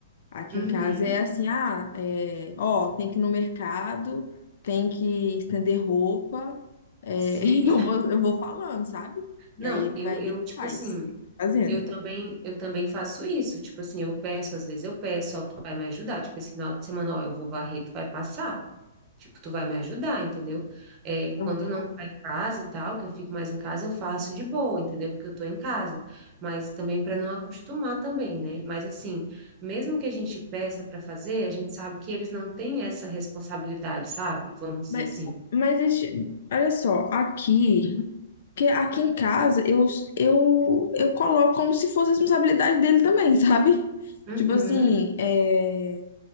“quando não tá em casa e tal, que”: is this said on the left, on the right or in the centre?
Right